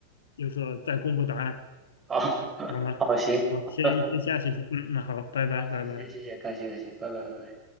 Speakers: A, on the left; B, on the right.
A: 就说再公布答案，
B: 好，
A: 好吗？
B: 好，行，
A: 好，
B: 好的，
A: 先先下去先，嗯，那好，拜拜，
B: 好，
A: 拜拜。
B: 谢谢，谢谢，感谢，感谢，拜拜，拜拜。